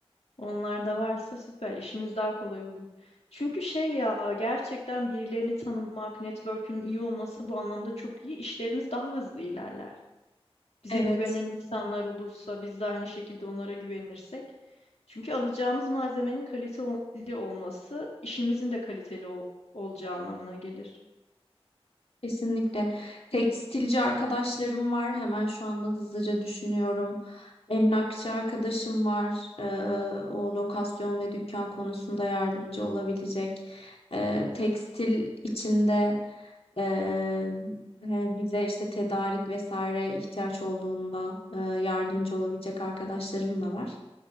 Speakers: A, on the left (about 85°); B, on the left (about 70°).
A: Onlar da varsa süper. İşimiz daha kolay olur. Çünkü şey ya gerçekten birilerini tanımak, network'ün iyi olması bu anlamda çok iyi. İşlerimiz daha hızlı ilerler. Bize
B: Evet.
A: güvenen insanlar olursa biz de aynı şekilde onlara güvenirsek. Çünkü alacağımız malzemenin kaliteli olması işimizin de kaliteli ol- olacağı anlamına gelir.
B: Kesinlikle. Tekstilci arkadaşlarım var. Hemen şu anda hızlıca düşünüyorum. Emlakçı arkadaşım var. Ee, o lokasyon ve dükkan konusunda yardımcı olabilecek. Ee, tekstil içinde e, e, bize işte tedarik vesaire ihtiyaç olduğunda e, yardımcı olabilecek arkadaşlarım da var.